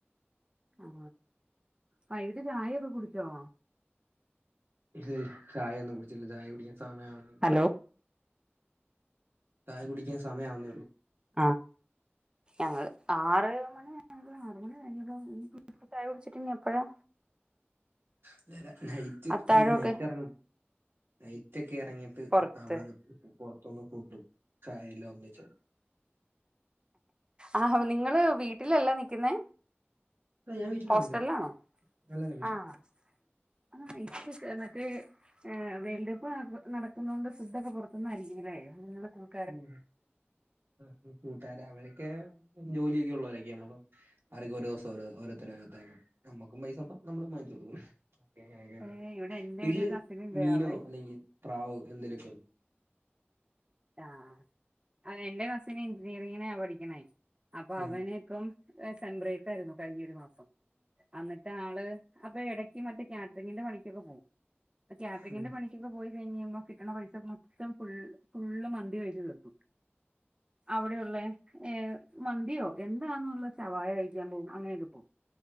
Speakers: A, on the right; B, on the right.
A: ആ വൈകിട്ട് ചായ ഒക്കെ കുടിച്ചോ
B: ഇല്ലില്ല ചായ ഒന്നും കുടിച്ചില്ല ചായ കുടിക്കാൻ സമയം ആവുന്നുള്ളു
A: ഹലോ
B: ചായ കുടിക്കാൻ സമയാവുന്നേ ഉള്ളൂ
A: ആ ഞങ്ങള് ആറ് മണി <unintelligible> ആറ് മണി കയിഞ്ഞ് <unintelligible> ചായകുടിച്ചിട്ടിനി എപ്പഴാ
B: അല്ലല്ല നൈറ്റ്
A: അത്താഴമൊക്കെ
B: നൈറ്റ് എറങ്ങും നൈറ്റ് ഒക്കെ ഇറങ്ങിയിട്ട്
A: പുറത്ത്
B: അപ്പ അവിടെന്ന് പുറത്തുന്ന് ഫുഡും ചായെല്ലാം ഒന്നിച്ച്
A: ആഹ് നിങ്ങള് വീട്ടിലല്ല നിക്കുന്നേ
B: ഞാൻ വീട്ടിലാണ്
A: പ്പോസ്ക്കൽലാണോ
B: നിക്കണെ അല്ലല്ല
A: ആഹ് ആഹ് ആഹ് ഇ <unintelligible> ട്ന്ന് ട്ട് ഏഹ് വേൾഡ് കപ്പ് നട നടക്കുന്നോണ്ട് ഫുഡ്‌ ഓക്ക് പുറത്തുന്നായിരിക്കും ല്ലേ <unintelligible>
B: ഉം ഹും കൂട്ടുകാര അവരൊക്കെ ജോലിയൊക്കെ ഉള്ളവരൊക്കെയാണ് അപ്പൊ അവരൊക്കെ ഒരോസം ഓരോ ഓരോരുത്തരോരുത്തരായി നമ്മുക്കും പൈസ നമ്മളും മാങ്ങിച്ചൊടുക്കും അങ്ങനെക്കെ ആയി
A: ഏഹ്
B: പോകും
A: ഇവിടെ എന്റെ
B: ഇല്ല
A: ഒരു കസിൻ ഉണ്ട്
B: മീനോ
A: അവൻ
B: അല്ലെങ്കിൽ പ്രാവ് എന്തേലൊക്കെയോ
A: ആഹ് അഹ് എന്റെ കസിന് എഞ്ചിനീയറിങ്ങിനാ പഠിക്കണേ അപ്പൊ
B: ഉം
A: അവന് ഇപ്പം ഏഹ് സെൻഡ്രേറ്റ് ആയിരുന്നു കഴിഞ്ഞൊരു മാസം എന്നിട്ട് ആള് അപ്പൊ എടയ്ക്ക് മറ്റേ കാറ്ററിങ്ങിന്റെ പണിക്കൊക്കെ പോവും അപ്പോ കാറ്ററിങ്ങിന്റെ
B: ഉം
A: പണിക്കൊക്കെ പോയി കഴിഞ്ഞഴിബം കിട്ടണ പൈസ മൊത്തം ഫുൾ ഫുള്ള് മന്തി കഴിച്ച് തീർക്കും അവിടെ ഉള്ളെ ഏഹ് മന്തിയോ എന്തുവാന്നുള്ളെ ഷവായ കഴിക്കാൻ പോകും അങ്ങനെയൊക്കെ പോവും